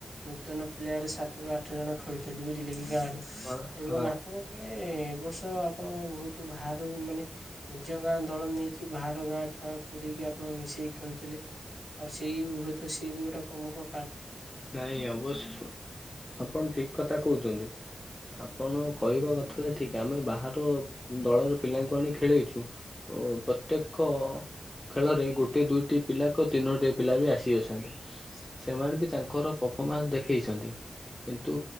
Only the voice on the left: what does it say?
ହଁ
ହଁ
ନାଇଁ ଅବଶ୍ୟ ଆପଣ ଠିକ୍ କଥା କୋହୁଚନ୍ତି। ଆପଣ କହିବା କଥା ହେଲା ଠିକ୍ ଆମେ ବାହାର ଦଳର ପିଲାଙ୍କୁ ଆଣି ଖେଳେଇଛୁ ଅ ଓ ପତ୍ୟେକ ଖେଳରେ ଗୋଟିଏ ଦୁଇଟି ପିଲାକୁ ତିନୋଟି ପିଲା ବି ଆସିଅଛନ୍ତି। ସେମାନେ ବି ତାଙ୍କର ପଫମାନ୍ସ୍ ଦେଖେଇଛନ୍ତି। କିନ୍ତୁ